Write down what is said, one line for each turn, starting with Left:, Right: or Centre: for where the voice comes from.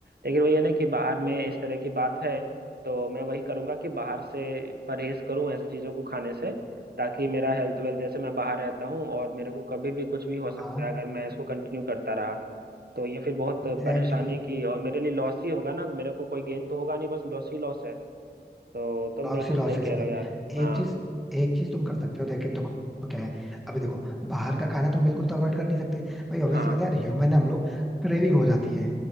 Right: लेकिन वही है ना कि बाहर में इस तरह की बात है तो मैं वही करूंगा कि बाहर से परहेज करूं ऐसी चीज़ों को खाने से ताकि मेरा हेल्थ वेल्थ जैसे मैं बाहर रहता हूँ और मेरे को कभी भी कुछ भी हो
Centre: हाँ
Right: सकता है अगर मैं इसको कंटिन्यू करता रहा तो ये फिर बहुत
Centre: एग्जैक्टली
Right: परेशानी की और मेरे लिए लॉस ही होगा ना मेरे को कोई गेन तो होगा नहीं बस लॉस ही लॉस है तो तुम
Centre: लॉस
Right: बिल्कुल
Centre: ही लॉस
Right: सही कह
Centre: है इसमें
Right: रहे हो यार हाँ
Centre: एक चीज एक चीज तुम कर सकते हो देखे देखो क्या है अभी देखो बाहर का खाना तुम बिल्कुल तो अवॉइड कर नहीं सकते भाई ऑब्वियसली
Right: हाँ
Centre: बात है यार ह्यूमन है हम लोग क्रेविंग हो जाती है